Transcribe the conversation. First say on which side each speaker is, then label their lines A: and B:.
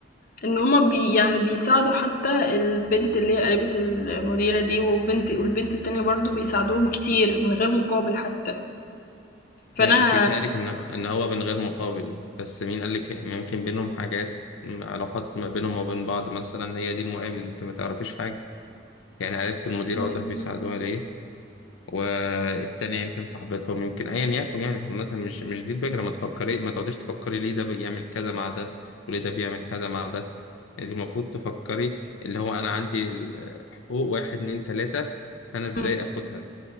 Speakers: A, on the left; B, on the left.
A: إن هما بي يعني بيساعدوا حتى البنت اللي هي قريبة المديرة دي والبنت والبنت التانية برضو بيساعدوهم كتير من غير مقابل حتى فأنا
B: ما انت تهالك ان ان هو من غير مقابل بس مين قال لك ممكن بينهم حاجات علاقات ما بينهم وبين بعض مثلا هي دي المقابل انت ما تعرفيش حاجه يعني قريبة المدير
A: مم.
B: واضح بيساعدوها ليه والتانية يمكن صاحبتهم يمكن ايا يكن يعني عامة مش مش دي الفكرة ما تفكري ما تقعديش تفكري ليه ده بيعمل كذا مع ده وليه ده بيعمل كذا مع ده انت المفروض تفكري اللي هو انا عندي ال- حقوق واحد اتنين تلاتة انا ازاي
A: مم.
B: اخدها